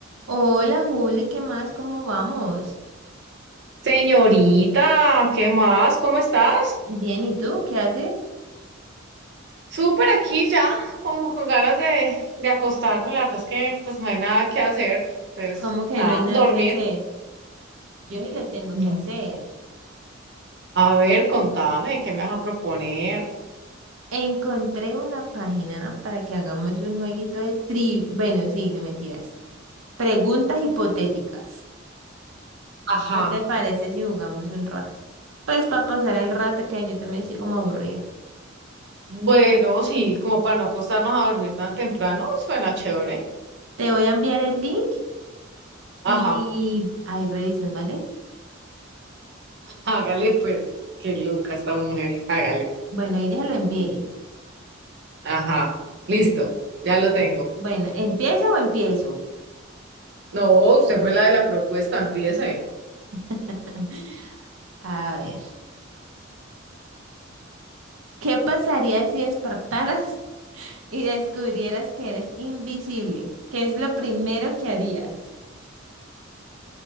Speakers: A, on the right (about 85°); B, on the right (about 60°).
A: Hola Juli, ¿qué más? ¿Cómo vamos?
B: Señorita, ¿qué más? ¿Cómo estás?
A: Bien, ¿y tú? ¿Qué haces?
B: Súper aquí ya, como con ganas de, de acostarme. La verdad es que pues no hay nada que hacer. Pues
A: ¿Cómo que
B: nada,
A: no hay nada
B: dormir.
A: que hacer? Yo sí le tengo
B: No.
A: que hacer.
B: A ver, contame, ¿qué me vas a proponer?
A: Encontré una página para que hagamos un jueguito de tri... Bueno, sí, no mentiras. Preguntas hipotéticas.
B: Ajá.
A: ¿Qué te parece si jugamos un rato? Pues para pasar el rato que yo también estoy como aburrida.
B: Bueno, sí, como para no acostarnos a dormir tan temprano, suena chévere.
A: Te voy a enviar el link y
B: Ajá,
A: ahí revisas, ¿vale?
B: hágale pues. Qué loca esta mujer, hágale.
A: Bueno, ahí ya se lo envié.
B: Ajá, listo, ya lo tengo.
A: Bueno, ¿empieza o empiezo?
B: No, usted fue la de la propuesta, empiece.
A: <laughs> A ver. ¿Qué pasaría si despertaras <laughs> y descubrieras que eres invisible? ¿Qué es lo primero que harías?